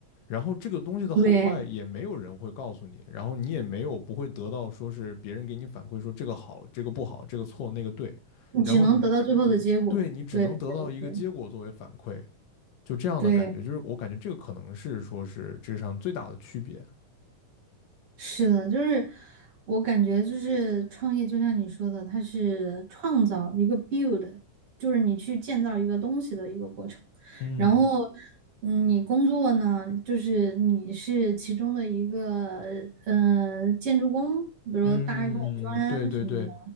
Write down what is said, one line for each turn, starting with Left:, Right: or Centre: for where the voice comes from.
Left: 然后这个东西的好坏也没有人会告诉你，
Right: 对，
Left: 然后你也没有不会得到说是别人给你反馈说这个好，这个不好，这个错，那个对，
Right: 你只能得到最后的结果。
Left: 然后你对你只能得到一个结果作为反馈，
Right: 对对对
Left: 就这样的感觉，
Right: 对，
Left: 就是我感觉这个可能是说是这上最大的区别。
Right: 是的，就是我感觉就是创业，就像你说的，它是创造一个 build，就是你去建造一个东西的一个过程。
Left: 嗯
Right: 然后，嗯，你工作呢，就是你是其中的一个呃建筑工，比如说搭一块砖什么的，
Left: 嗯，对对对，